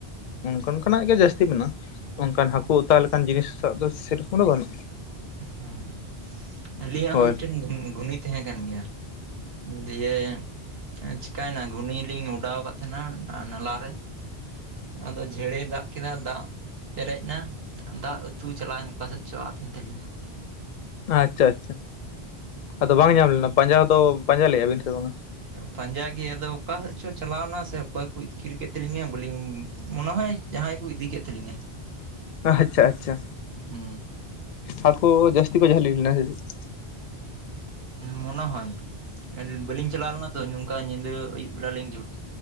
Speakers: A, on the left; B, on the right.
A: ᱚᱱᱠᱟ ᱠᱟᱱᱟᱜ ᱜᱮ ᱡᱟᱹᱥᱛᱤ ᱢᱮᱱᱟᱜᱼᱟ, ᱚᱱᱠᱟᱱ ᱦᱟᱹᱠᱩ ᱚᱛᱟ ᱞᱮᱠᱟᱱ ᱡᱤᱱᱤᱥᱟᱜ ᱫᱚ ᱥᱮᱨᱚᱠᱚᱢ ᱫᱚ ᱵᱟᱹᱱᱩᱜ
B: ᱦᱩᱸᱸᱦᱩᱸ ᱟᱹᱞᱤᱧᱟᱜ
A: ᱦᱳᱭ
B: ᱦᱚᱸ ᱢᱤᱫ ᱴᱮᱱ ᱜᱷᱩᱼᱜᱷᱩᱱᱤ ᱛᱟᱦᱮᱸ ᱠᱟᱱ ᱜᱮᱭᱟ ᱫᱤᱭᱮ ᱟᱸ ᱪᱤᱠᱟᱹᱭᱱᱟ ᱜᱷᱩᱱᱤ ᱞᱤᱧ ᱚᱰᱟᱣ ᱠᱟᱫ ᱛᱟᱦᱮᱱᱟ ᱱᱟᱞᱟᱨᱮ ᱟᱫᱚ ᱡᱷᱮᱲᱮᱭ ᱫᱟᱜ ᱠᱮᱫᱟ, ᱫᱟᱜ ᱯᱮᱨᱮᱡ ᱱᱟ, ᱫᱟᱜ ᱟᱹᱛᱩ ᱪᱟᱞᱟᱣᱮᱱ ᱚᱠᱟ ᱥᱮᱫ ᱪᱚ ᱟᱫᱮᱱ ᱛᱟᱹᱟᱞᱤᱧᱟ
A: ᱟᱪᱪᱷᱟ ᱟᱪᱪᱷᱟ, ᱟᱫᱚ ᱵᱟᱝ ᱧᱟᱢ ᱞᱮᱱᱟ ᱯᱟᱸᱡᱟ ᱫᱚ ᱯᱟᱸᱡᱟ ᱞᱮᱫᱼᱟ ᱵᱤᱱ ᱥᱮ ᱵᱟᱝᱼᱟ?
B: ᱯᱟᱸᱡᱟ ᱜᱮ ᱟᱫᱚ ᱚᱠᱟ ᱥᱮᱫ ᱪᱚ ᱪᱟᱞᱟᱣᱱᱟ ᱥᱮ ᱚᱠᱚᱭ ᱠᱩ ᱤᱛᱠᱤᱨ ᱠᱮᱫ ᱛᱟᱹᱞᱤᱧᱟ ᱵᱟᱹᱞᱤᱧ ᱢᱚᱱᱟ ᱦᱚᱭ ᱡᱟᱦᱟᱸᱭ ᱠᱩ ᱤᱫᱤ ᱠᱮᱫ ᱛᱟᱹᱞᱤᱧᱟ
A: ᱟᱪᱪᱷᱟ ᱟᱪᱪᱷᱟ,
B: ᱦᱩᱸ
A: ᱦᱟᱠᱳ ᱡᱟᱹᱥᱛᱤ ᱠᱚ ᱡᱷᱟᱹᱞᱤ ᱞᱤᱱᱟ ᱥᱮ ᱪᱮᱫ?
B: ᱢᱚᱱᱮ ᱦᱳᱭ, ᱟᱹᱞᱤᱧ ᱵᱟᱹᱞᱤᱧ ᱪᱟᱞᱟᱣ ᱞᱮᱱᱟ ᱛᱚ ᱱᱚᱝᱠᱟ ᱧᱤᱫᱟᱹ ᱟᱹᱭᱩᱵ ᱵᱤᱞᱟ ᱞᱤᱧ <unintelligible>